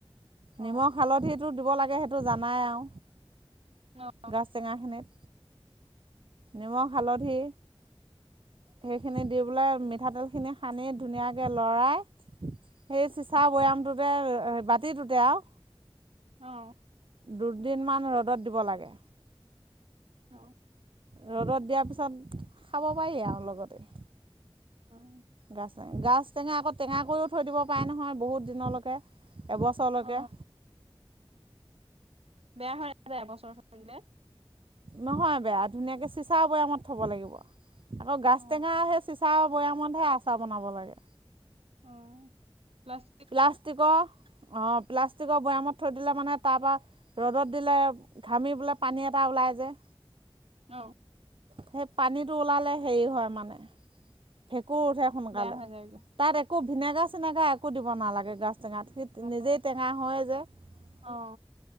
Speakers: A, on the right; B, on the right.
A: অ অ
B: নিমখ, হালধিটো, দিব লাগে সেইটো জানাই আৰু।
A: অ
B: গাছ, টেঙাখিনিত, নিমখ, হালধি সেইখিনি দি পেললে মিঠাতেলখিনি, সানি ধুনীয়াকৈ লৰাই সেই চিচা বৈয়ামটো। ত বাতি তোতে আৰু
A: অ
B: দুদিনমান ৰ'দত, দিব লাগে।
A: অ
B: ৰ'দত, দিয়াৰ পিছত খাব পাৰি আৰু লগতে
A: অঁ
B: গাছ, টে গাছ টেঙা, আকৌ টেঙা কৰিও থৈ দিব পাৰে নহয় বহুত দিনলৈকে এবছৰলৈকে।
A: অ বেয়া হৈ নাযায় এবছৰ থলে থয় দিলে
B: নহয় বেয়া ধুনীয়াকে চিচা বৈয়ামত থব লাগিব আকৌ গাছ
A: অ
B: টেঙা, সেই চিচা বৈয়ামতহে আচাৰ বনাব লাগে।
A: অ প্লাছ
B: প্লাষ্টিকৰ অ প্লাষ্টিকৰ, বৈয়ামত থৈ দিলে মানে তাৰ পৰা ৰ'দত, দিলে ঘামি পোলে পানী এটা ওলাই যায়্
A: অ
B: সেই পানীটো ওলালে হেৰি হয় মানে ভেঁকুৰ উঠে। সোনকালে
A: বেয়া হয় যায়।
B: তাত একো ভিনেগাৰ- চিনেগাৰ একো দিব নালাগে গাছ টেঙাত সি নিজেই
A: অ
B: টেঙা হয় যে। <unintelligible>
A: অ